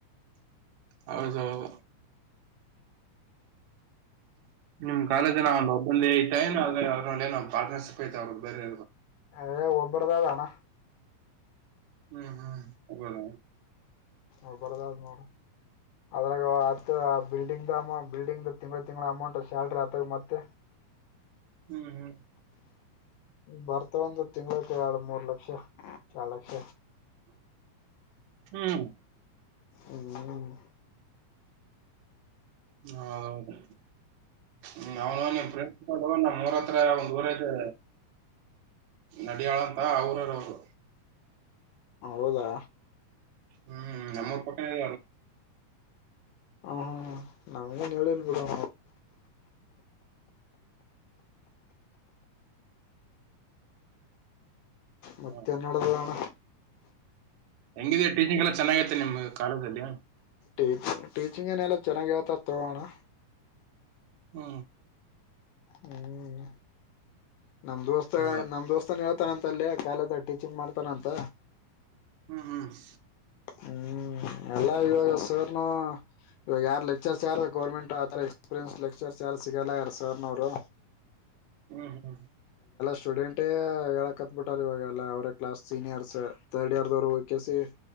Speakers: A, on the right; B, on the left.
A: ಹೌದುೌದು ನಿಮ್ ಕಾಲೇಜನ ಅವನ್ ಒಬ್ಬಂದೆ ಇತ್ತು ಏನ ಪಾರ್ನರ್ ಶಿಪ್ ಐತಾವ ಅವರು ಬೇರೆ
B: ಹೆ ಒಬ್ಬರದೇ ಅದು ಹಣ
A: ಹ್ಮ್ ಹ್ಮ್ ಅಬದ
B: ಒಬ್ರದೆ ನೋಡು ನೋಡ ಅದ್ರಾಗ ಹತ್ತು <inaudible> ಬಿಲ್ಡಿಂಗ್ ದ ಅಮೌ ಬಿಲ್ಡಿಂಗ್ ದ ತಿಂಗಳ ತಿಂಗಳ ಅಮೌಂಟ್ ಸ್ಯಾಲ್ರಿ ಆತಾಗ ಮತ್ತೆ
A: ಹ್ಮ್ ಹ್ಮ್
B: ಬರ್ತ ಒಂದು ತಿಂಗ್ಳಕ್ ಎರಡು ಮೂರ್ ಲಕ್ಷ ಎಳ್ ಲಕ್ಷ
A: ಹ್ಮ್
B: ಹ್ಮ್
A: ಹೌದೌದು ಹ್ಮ ಅವನು ಫ್ರೆಂಡ್ ಮೂರ ಹತ್ರ ಒಂದ್ ಊರ್ ಅಯ್ತೆ ನಡಿಯಾಳಂತ ಅವರರ ಅವರು
B: ಹೌದಾ
A: ಹ್ಮ್ ನಮ್ಮ ಪಕ್ಕನಳ
B: ಹ ಹ ನಮ್ ೇನ್ ಹೇಳಲ್ಬಡರು ಮತ್ತೆನ್ನಡದಣ
A: ಹ. ಹೆಂಗಿದ ಟೀಚಿಂಗ್ ಎಲ್ಲಾ ಚೆನ್ನಾಗೈತೆ ನಿಮ್ಗೆ ಕಾಲೇಜ್ಲ್ಲಿ
B: ಟ್ ಟೀಚಿಂಗ್ ನ ಎಲ್ಲ ಚನಾಗೆರ್ತಾಡ್ ಅತ್ಣ
A: ಹ್ಮ
B: ಹ್ಮ್ ನಮ ದೋಸ್ತ
A: ಹೌದಾ
B: ನಮ ದೋಸ್ತಾನ ಹೇಳ ತಾನಂತ ಅಲ್ಲೇ ಕಾಲೇಜ್ ಟೀಚಿಂಗ್ ಮಾಡ್ತಾನಂತ
A: ಹ್ಮ್ ಹ್ಮ್
B: ಹ್ಮ್ ಎಲ್ಲಾ ಇವಾಗ ಸರ್ನು ಇವಾಗ ಯಾರು ಲೆಕ್ಚರ್ ಚಾರ್ ಗೌರ್ಮೆಂಟ್ ಆರ ಎಕ್ಸ್ಪೀರಿಯನ್ಸ್ ಲೆಕ್ಚರ್ ಚಾರ್ ಸಿಗಲ್ಲ ಯಾರ ಸಾರ್ನವರು
A: ಹ್ಮ್ ಹ್ಮ್
B: ಸ್ಟೂಡೆಂಟೇ ಹೇಳಕ್ತ್ ಬಿಿಟಾರ್ ಇವಾಗಲ್ಲಾ ಅವ್ರ ಕ್ಲಾಸ್ ಸೀನಿಯರ್ಸ್ ತಥರ್ಡ್ ಇಯರ್ ದವ್ರು ಹಕಸ